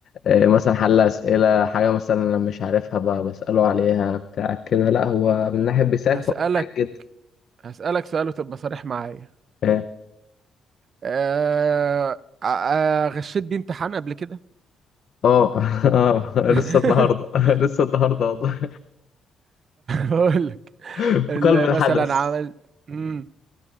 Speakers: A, on the left; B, on the right.
A: آه، مثلا حل اسئله حاجه مثلا انا مش عارفها ب- بساله عليها بتاع كده لا هو من ناحيه بيساعد
B: هسألك
A: فهو بيساعد جدا
B: هسألك سؤال وتبقى صريح معايا
A: اه
B: أه... آه، آه، غشيت بيه امتحان قبل كده
A: اه <laughs> آه، لسه
B: <laughs>
A: النهارده <laughs> لسه النهارده والله
B: بقول
A: <laughs>
B: ال-
A: في قلب الحدث
B: مثلا عملت مم.